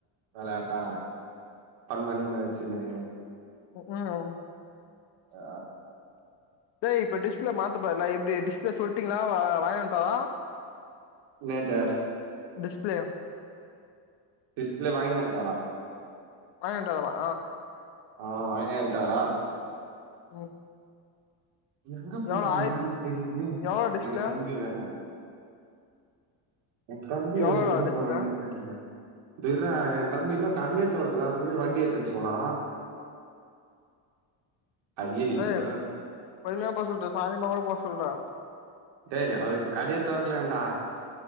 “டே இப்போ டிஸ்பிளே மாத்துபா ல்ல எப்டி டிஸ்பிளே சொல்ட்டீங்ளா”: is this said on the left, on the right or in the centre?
Left